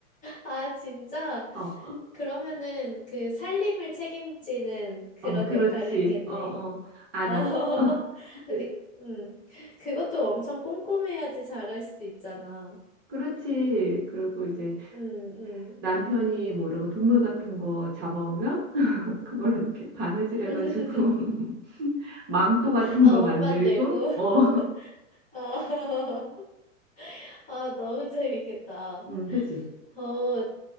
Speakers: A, on the left; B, on the right.
A: 아, 진짜?
B: 어,
A: 그러면은 그 살림을 책임지는 그런
B: 어, 그렇지.
A: 역할을 했겠네.
B: 어, 어, 안악.
A: 어, <laughs>
B: 어,
A: 근데,
B: 네.
A: 음, 그것도 엄청 꼼꼼해야지 잘할 수 있잖아.
B: 그렇지. 그리고 이제
A: 음, 음.
B: 남편이 뭐 이러고 동물 같은 거 잡아오면 <laughs> 그걸로 이렇게 바느질
A: <laughs>
B: 해가지고 <laughs> 망토 같은
A: 아,
B: 거
A: 옷
B: 만들고
A: 만들고.
B: 어,
A: <laughs> 아, <laughs> 아, 너무 재밌겠다.
B: 음, 그치.
A: 어,